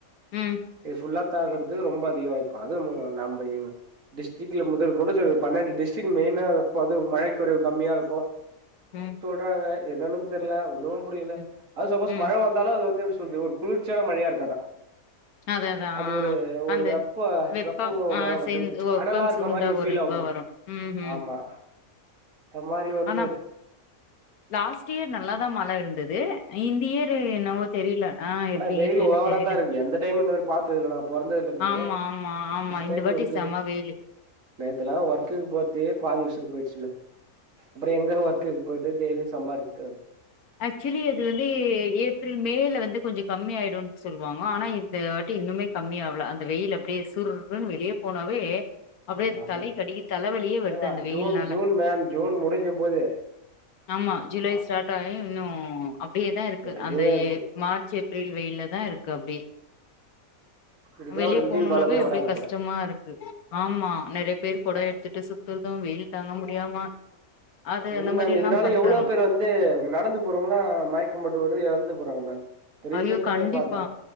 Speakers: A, on the left (about 80°); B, on the right (about 65°).
A: ம்,
B: இது ஃபுல்லா த் ஆகுறது ரொம்ப அதிக வாய்ப்பா அது ஊ நம்ப இ டிஸ்ட்ரிக்ட்ல முதல் கொண்டு ச பன்னெண்டு டிஸ்ட்ரிக்ட் மெயினா அது பது மழை குறைவு கம்மியா இருக்கூ
A: ம்
B: றாங்க என்னன்னு தெர்ல ஒன்னும் புரில
A: ம்,
B: அது சப்போஸ்
A: ம்.
B: மழை வந்தாலும் அது வந்து எப்புடி சொல்றது ஒரு குளிர்ச்சியான மழையா இருக்காதா
A: அதான், அதான்.
B: அது
A: ஆ.
B: ஒரு ஒரு
A: அந்த
B: வெப்ப
A: வெப்பம்
B: வெப்போ
A: ஆ
B: மழ மாரியும்
A: சேர்ந்து வெப்பம்
B: அனலா இருக்க
A: சூழ்ந்த
B: மாரி ஒரு ஃபீல்
A: இதுவா
B: ஆகுமா
A: வரும். ம்ஹ்ம்.
B: ஆமா ந்த மாரி வந்து
A: ஆனா லாஸ்ட் இயர் நல்லா தா மழை இருந்து து இந்த இயர் என்னவோ தெரில ஆ
B: ஆனா
A: எப்டி
B: வெயில்
A: ஹீட்டுன்னு
B: ஓவரா
A: தெரில
B: தா இருக்கு எந்த டைம் இந்த மாரி பாத்தது இல்ல நா பொறந்ததுல இருந்து
A: ஆமா ஆமா ஆமா இந்த
B: டைம்
A: வாட்டி
B: வந்து
A: செம வெயிலு
B: நேத்துலா ஒர்க்கு போற்துக்கே பாதி உசுறு போயிடுச்சு மேம் அப்புறோ எங்க வர்க்குக்கு போயிட்டு டெய்லியு சம்பாரிச்சுட்டு வர
A: ஆக்சுவலி அது வந்து ஏப்ரல் மே ல வந்து கொஞ்சோ கம்மி ஆயிடும் சொல்வாங்க ஆனா இந்த வாட்டி இன்னுமே கம்மி ஆவல அந்த வெயில் அப்டியே சுற்றுனு வெளியே போனாவே
B: வந்
A: அப்டே
B: ஆஹா
A: தலைக் அடிக்கித் தலவலியே வருது
B: ஏவா
A: அந்த
B: ஜூன்
A: வெயில் னால
B: ஜூன் மேம் ஜூன் முடிஞ்ச போது
A: ஆமா ஜூலை ஸ்டார்ட் டைம் இன்னும் அப்டியே தா இருக்கு
B: இதுவே
A: அந்த
B: இருக்கு
A: ஏப் மார்ச் ஏப்ரல் வெயில்ல தா இருக் க்கு அப்டே
B: இதுக்கெல்லா
A: வெளிய
B: ஒரு விடிவு
A: போனுனாவே
B: காலமே
A: அப்டே
B: வராது
A: கஷ்டமா
B: போல
A: இருக்கு ஆமா நறைய பேர் கூட எடுத்துட்டு சுத்துறதும் வெயில் தாங்க முடியாம அது
B: இல்ல
A: அந்த மாரி
B: மேம்
A: எல்லா
B: இதனால
A: பண்றாங்க
B: எவ்வளோ பேர் வந்து நடந்து போறவங்கள்லா மயக்கம் போட்டு கூட எறந்து போறாங்க மேம் இப்ப ரீசெண்டாவே
A: ஐயோ கண்டிப்பா
B: பாத்தே